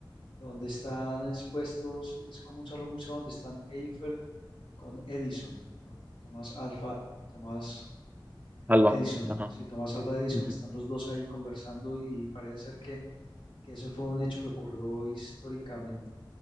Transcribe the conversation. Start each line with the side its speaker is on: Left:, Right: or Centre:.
Left: donde están expuestos, es como un salón museo donde están Eiffel con Edison, con Tomás Alfa, Tomás
Right: Alba,
Left: Edison,
Right: ajá.
Left: sí, Tomás Alva Edison,
Right: Ujú.
Left: están los dos ahí conversando y parece ser que, que eso fue un hecho que ocurrió históricamente.